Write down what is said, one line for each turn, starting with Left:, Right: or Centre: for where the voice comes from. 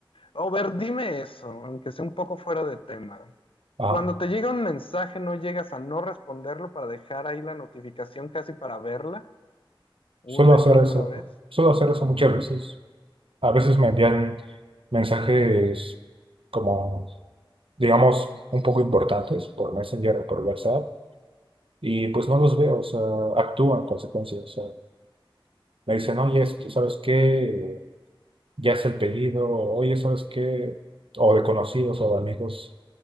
Left: O ver, dime eso, aunque sea un poco fuera de tema.
Right: Ah,
Left: Cuando te llega un mensaje, ¿no llegas a no responderlo para dejar ahí la notificación casi para verla una
Right: suelo hacer
Left: y otra
Right: eso,
Left: vez?
Right: suelo hacer eso muchas veces. A veces me envían mensajes como, digamos, un poco importantes por Messenger o por WhatsApp y pues no los veo, o sea, actúan en consecuencia. O sea, me dicen, oye, es que, ¿sabes qué? Ya es el pedido, oye, ¿sabes qué? O de conocidos o de amigos.